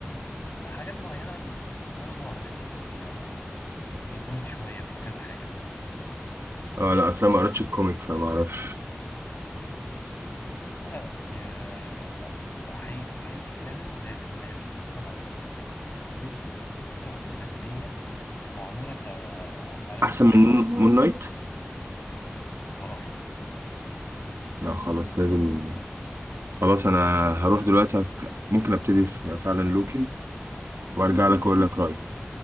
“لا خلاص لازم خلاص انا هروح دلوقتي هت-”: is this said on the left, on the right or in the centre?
Right